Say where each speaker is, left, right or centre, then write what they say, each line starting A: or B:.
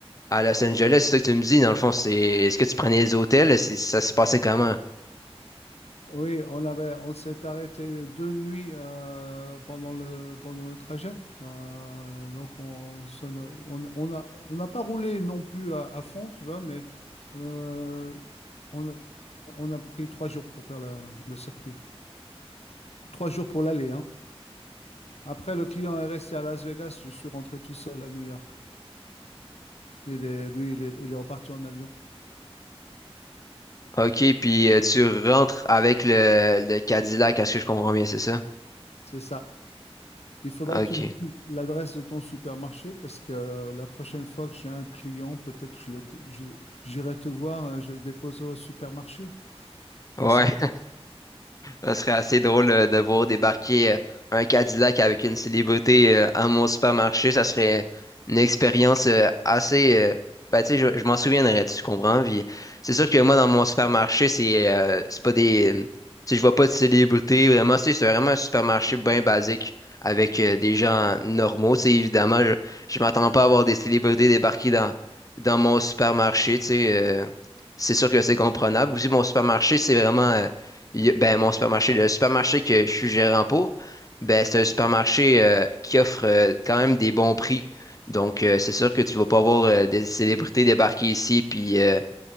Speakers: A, on the left; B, on the left.
A: à Los Angeles, c'est ça que tu me dis, dans le fond, c'est est-ce que tu prenais les hôtels? C'est- Ça se passait comment?
B: Oui, on avait, on s'est arrêté deux nuits euh, pendant le, pendant le trajet. Euh, donc, on, se- on, on a, on n'a pas roulé non plus à, à fond, tu vois, mais euh, on a, on a pris trois jours pour faire le, le circuit. Trois jours pour l'aller, hein. Après, le client est resté à Las Vegas, je suis rentré tout seul à New York. Il est, lui, il est, il est reparti en avion.
A: OK, puis euh, tu rentres avec le, le Cadillac, à ce que je comprends bien, c'est ça?
B: C'est ça. Il faudra
A: OK.
B: que tu me donnes l'adresse de ton supermarché parce que euh, la prochaine fois que j'ai un client, peut-être que je le- je- j'irai te voir, euh, je le déposerai au supermarché. Enfin,
A: Ouais.
B: savoir
A: Ça serait assez drôle euh, de voir débarquer euh, un Cadillac avec une célébrité euh, à mon supermarché. Ça serait une expérience euh, assez. euh, ben, tu sais, je, je m'en souviendrai, tu comprends? Puis, c'est sûr que moi, dans mon supermarché, c'est euh, c'est pas des. euh, Tu sais, je vois pas de célébrité. Vraiment, tu sais, c'est vraiment un supermarché bien basique avec euh, des gens normaux. Tu sais, évidemment, je, je m'attends pas à voir des célébrités débarquer dans, dans mon supermarché. Tu sais, euh, c'est sûr que c'est comprenable. Aussi, mon supermarché, c'est vraiment. euh, il y a- Ben, mon supermarché, le supermarché que je suis gérant pour, ben, c'est un supermarché euh, qui offre euh, quand même des bons prix. Donc, euh, c'est sûr que tu vas pas voir euh, des célébrités débarquer ici puis euh,